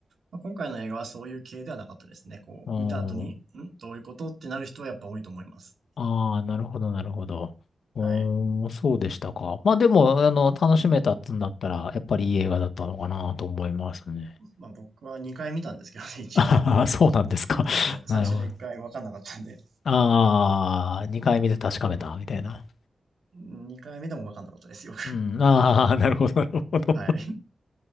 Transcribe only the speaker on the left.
うん。
ああ、なるほど、なるほど。うーん、
そうでしたか。まあでも、あの、楽しめたっつんだったら、やっぱりいい映画だったのかなと思いますね。
<laughs>
あははそうなんですか。
<laughs> なるほど。
ああ、2回見て確かめた、みたいな。
うん、ああ、なるほど、なるほど。